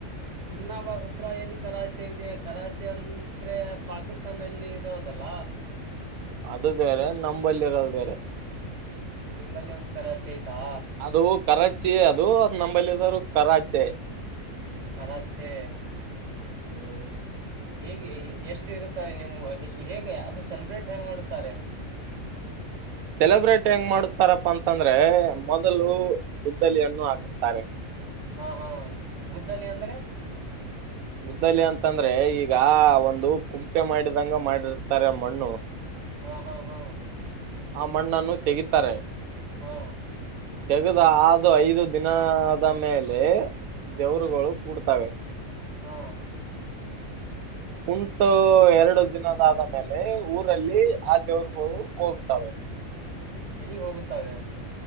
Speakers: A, on the right; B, on the right.
A: ಹಮ್ನಾಬಾದ್ ಹತ್ರ ಎಲ್ಲಿ ಕರಾಚಿ ಇದೆ ಕರಾಚಿ ಅಂದ್ರೆ ಪಾಕಿಸ್ತಾನಲ್ಲಿ ಇರೋದಲ್ಲ
B: ಅದು ಬೇರೆ ನಂಬಲ್ಲಿರೋದ ಬೇರೆ
A: ನಿಂಬಲ್ಲಿ ಒಂದು ಕರಾಚಿ ತ್ತಾ
B: ಅದು ಕರಾಚಿ ಅದು ಅ ನಂಬಲ್ಲಿ ಇರೋದು ಕರಾಚೆ
A: ಕರಾಚೆ
B: ಹ್ಮ್
A: ಹೇಗೆ ಎಷ್ಟು ಇರುತ್ತಾ ನಿಮ್ಮ ಹೇಗೆ ಅದು ಸೆಲೆಬ್ರೇಟ್ ಹೆಂಗ್ ಮಾಡ್ತಾರೆ
B: ಸೆಲೆಬ್ರೇಟ್ ಹೆಂಗ್ ಮಾಡುತ್ತಾರಪ್ಪಾ ಅಂತಂದ್ರೆ ಮೊದಲು ಗುದ್ದಲಿಯನ್ನು ಹಾಕುತ್ತಾರೆ
A: ಹಾ ಹಾ ಗುದ್ದಲಿ ಅಂದ್ರೆ
B: ಗುದ್ದಲಿ ಅಂತಂದ್ರೆ ಈಗ ಒಂದು ಕುಂಪೆ ಮಾಡಿದಂಗ ಮಾಡಿರ್ತಾರೆ ಮಣ್ಣು
A: ಹಾ ಹಾ ಹಾ
B: ಆ ಮಣ್ಣನ್ನು ತೆಗೀತಾರೆ
A: ಹಾ
B: ತೆಗೆದ ಆದು ಐದು ದಿನದ ಮೇಲೆ ದೇವ್ರುಗಳು ಕೂಡ್ತವೆ
A: ಹಾ
B: ಕುಂತು ಎರಡು ದಿನದಾದ ಮೇಲೆ ಊರಲ್ಲಿ ಆ ದೇವರುಗಳು ಹೋಗ್ತವೆ
A: ಎಲ್ಲಿಗ್ ಹೋಗುತ್ತವೆ